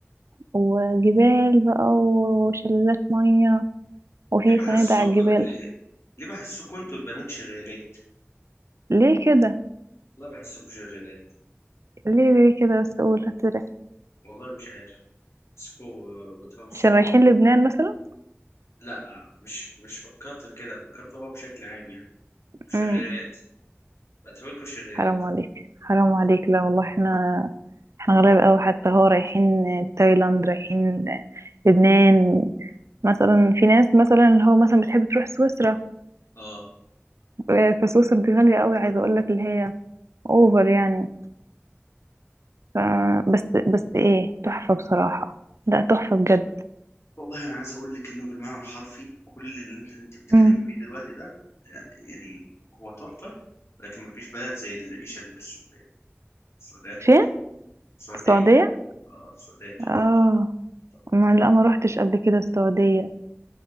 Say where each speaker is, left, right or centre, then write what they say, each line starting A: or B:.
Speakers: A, on the right; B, on the left.
A: وجبال بقى وشلالات ميه وفي
B: ليه بحسوك
A: فنادق على الجبال
B: ليه, ليه بحسوكوا انتوا البنات شريرات
A: ليه كده
B: والله بحسوكوا شريرات
A: ليه ليه كده بس اقول هتدرس
B: والله مش عارف بحسوكوا بتحسوكوا
A: عشان رايحين لبنان مثلا
B: لا مش مش فكرت في كده فكرت هو بشكل عام يعني شريرات
A: امم
B: بعتبركوا شريرات
A: حرام عليك حرام عليك لا والله احنا احنا غلابة قوي حتى هو رايحين تايلاند رايحين لبنان مثلا في ناس مثلا اللي هو مثلا بتحب تروح سويسرا
B: اه
A: آه، فسويسرا دي غالية قوي عايزة اقول لك اللي هي اوفر يعني ف بس بس ايه تحفة بصراحة لا تحفة بجد
B: والله انا عايز اقول لك انه بالمعنى الحرفي كل اللي انت انت بتتكلمي
A: امم
B: فيه دلوقتي ده يعني هو تحفه لكن ما فيش بلد زي العيشه اللي في السعوديه السعوديه تحفه
A: فين
B: السعوديه
A: السعودية
B: آه، السعوديه تحفه
A: اه
B: تحفه تحفه
A: ما
B: تحفة.
A: لا ما روحتش قبل كده السعودية